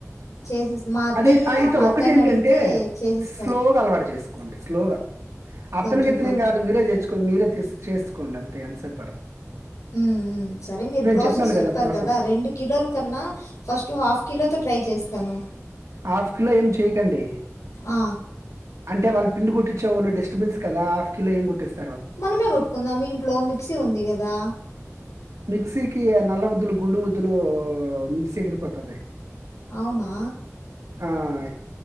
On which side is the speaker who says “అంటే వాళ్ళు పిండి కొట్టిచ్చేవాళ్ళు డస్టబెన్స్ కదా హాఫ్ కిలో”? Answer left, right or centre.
Right